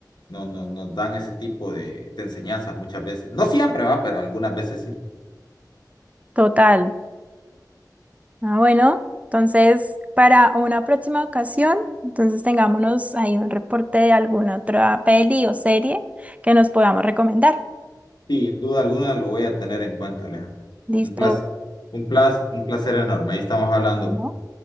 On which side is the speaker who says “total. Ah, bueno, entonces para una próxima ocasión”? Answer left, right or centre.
Right